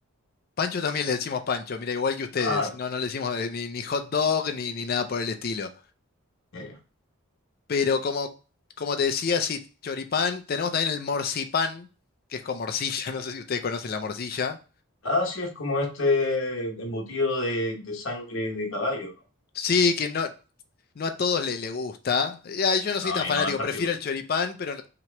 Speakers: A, on the left; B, on the left.
A: pancho también le decimos pancho, mira, igual que ustedes.
B: Ah,
A: No, no le decimos eh, ni, ni hot dog ni, ni nada por el estilo.
B: ya, ya.
A: Pero como, como te decía, sí, choripán. Tenemos también el morcipán, que es con morcilla, <laughs> no sé si ustedes conocen la morcilla.
B: Ah, sí, es como este embutido de, de sangre de caballo.
A: Sí, que no, No a todos le, le gusta. Ya, yo no
B: No,
A: soy
B: No,
A: tan
B: a mí
A: fanático,
B: no en particular.
A: prefiero el choripán, pero no,